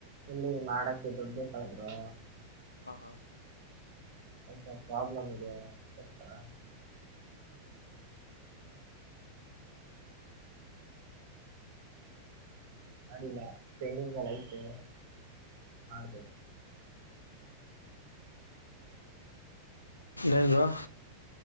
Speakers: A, on the right (about 50°); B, on the left (about 80°).
A: ಇಲ್ಲಿ ಮಾಡಕ್ಕೆ ದುಡ್ ಬೇಕಳದ್ರು
B: ಹ ಹಾ
A: ಸ್ಲ್ಪ ಪ್ರಾಬ್ಲಮ್ ಇದೆರ್ತರ
B: ಹ
A: ಮಾಡಿಲ್ಲ ಪೆಂಡಿಂಗ್ ಹೈಥೆ ಹಾಗೌದ
B: ಎನ್ ಬ್ರೋ